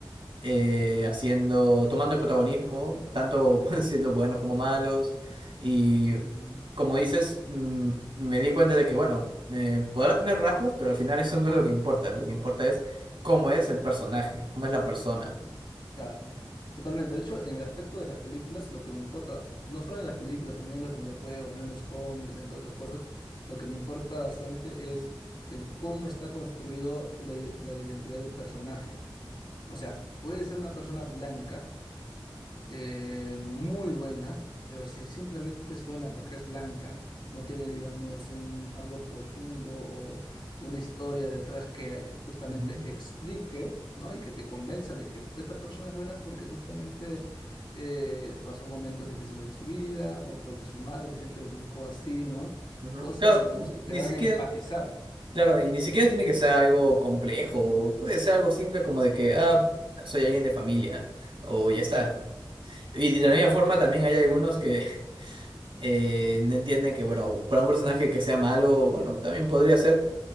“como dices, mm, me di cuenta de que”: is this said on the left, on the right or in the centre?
Right